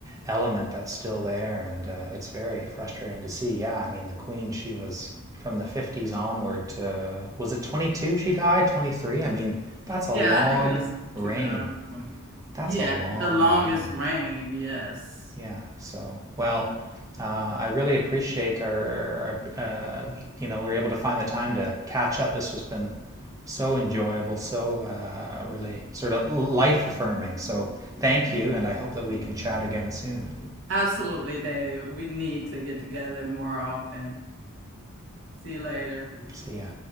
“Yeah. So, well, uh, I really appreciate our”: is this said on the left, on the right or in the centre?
Right